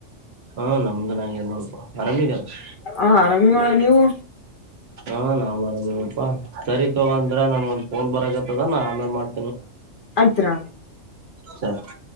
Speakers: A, on the right; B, on the left.
A: ಹೂ ನಮ್ದು ಆಗ್ಯಾದ್ ನೋಡಪಾ ಆರಾಮಿದಲ್ಲ ನೀನ್
B: ಹ ಆರಾಮ್ ಇವಣ್ಣ ನೀವು.
A: ಹೂ ನಾವ್ ಆರಾಮ್ ಸರಿ ತಗೊ ಅಂದ್ರೆ ನನ್ಗ ಒಂದು ಪೋನ್ ಬರಕತ್ತದ ನಾ ಆಮೇಲ್ ಮಾಡ್
B: ಅತ್ರ್
A: ಸರಿ